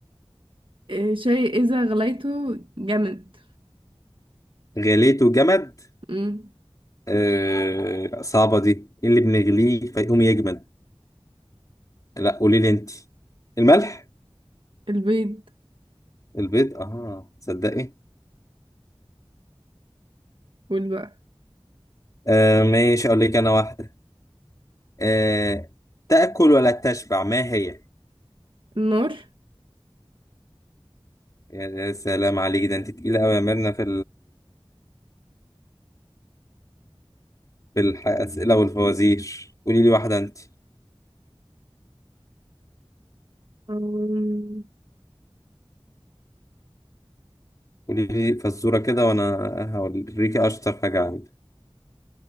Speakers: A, on the right (about 60°); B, on the left (about 35°).
A: إيه، شيء إذا غليته جمد
B: غليته جمد
A: مم.
B: أه صعبة دي ايه اللي بنغليه فيقوم يجمد لا قولي لي انت الملح
A: البيض
B: البيض اه تصدقي
A: والبقر
B: أه ماشي اقول لك انا واحدة أه تأكل ولا تشبع ما هي
A: النار
B: يا يا سلام عليك ده انت تقيلة قوي يا ميرنا في بالأسئلة والفوازير قولي لي واحدة أنت
A: أم...
B: قولي لي فزورة كده وأنا هوريك أشطر حاجة عندي